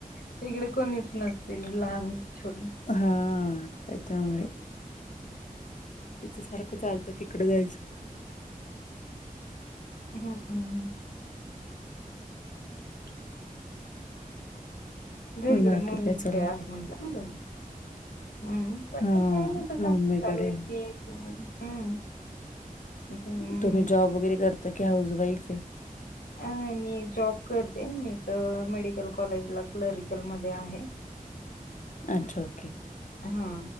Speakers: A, on the left (about 90°); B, on the left (about 55°).
A: इकडे कोणीच नसतील लहान छोटे
B: हा त्याच्यामुळे. तिचं सारंख चालतं तिकडें जायचं.
A: हम हम हम. <inaudible> घरीकडे
B: बाकी
A: मम्मी
B: काय चाललं?
A: ते आहे म्हंटलं ना तु. हम्म बाकी
B: हां,
A: काय नाही बघा.
B: मम्मीकडे.
A: चालुय की हम्म. पण,
B: तुम्ही जॉब वगैरे करता की, हाऊस वाईफ आहे.
A: अ मी जॉब करते. मी इथ मेडिकल कॉलेजला क्लरिकल मध्ये आहे.
B: अच्छा.
A: हा